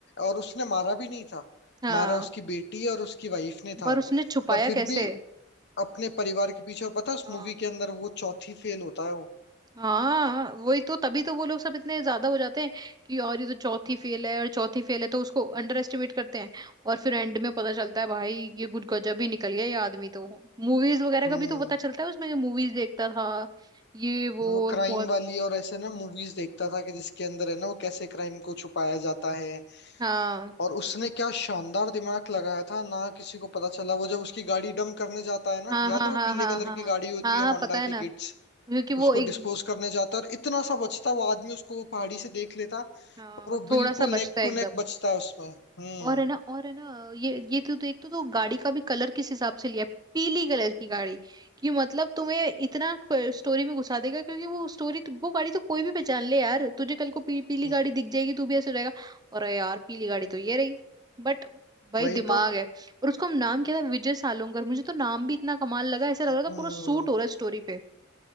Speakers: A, on the left; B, on the right.
A: और उसने मारा भी नहीं था
B: हाँ
A: मारा उसकी बेटी और उसकी वाइफ ने था
B: पर उसने छुपाया
A: पर फिर
B: कैसे
A: भी अपने परिवार के पीछे और पता है उस
B: हाँ
A: मूवी के अंदर वो चौथी फेल होता है वो
B: हाँ वही तो तभी तो वो लोग सब इतने ज्यादा हो जाते हैं कि और ये तो चौथी फेल है और चौथी फेल है तो उसको अंडर एस्टिमेट करते हैं और फिर एंड में पता चलता है भाई ये कुछ गजब ही निकल गया ये आदमी तो मूवीज वगैरह
A: हम्म
B: का भी तो पता चलता है उसमें कि मूवीज देखता था ये वो
A: वो
B: और
A: क्राइम
B: बहुत
A: वाली और ऐसे ना मूवीज देखता था कि जिसके अंदर है ना वो कैसे क्राइम को छुपाया जाता है
B: हाँ
A: और उसने क्या शानदार दिमाग लगाया था ना किसी को पता चला वो जब उसकी गाड़ी डंप करने जाता है ना
B: हाँ
A: याद
B: हाँ
A: है वो
B: हाँ
A: पीले
B: हाँ
A: कलर
B: हाँ
A: की गाड़ी होती
B: हाँ
A: है
B: हाँ
A: होंडा
B: पता है ना
A: की गिट्स
B: क्योंकि वो
A: उसको
B: एक
A: डिस्पोज करने जाता है और इतना सा बचता वो आदमी उसको पहाड़ी से देख लेता
B: हाँ
A: और
B: वो
A: वो
B: थोड़ा
A: बिल्कुल
B: सा बचता
A: नेक
B: है
A: टू
B: एकदम
A: नेक बचता है उसमें हम्म
B: और है ना और है ना ये ये तो देख तो, तो गाड़ी का भी कलर किस हिसाब से लिया है। पीली कलर की गाड़ी कि मतलब तुम्हें इतना स्टोरी में घुसा देगा क्योंकि वो स्टोरी वो गाड़ी तो कोई भी पहचान ले यार तुझे कल को पी, पीली
A: हम्म,
B: गाड़ी दिख जाएगी तू भी ऐसे रहेगा अरे यार पीली गाड़ी तो ये रही बट भाई
A: वही
B: दिमाग
A: तो
B: है और उसका नाम क्या था विजय सालोंगर मुझे तो नाम भी इतना कमाल लगा ऐसा लग
A: हम्म
B: रहा था पूरा सूट हो रहा है स्टोरी पे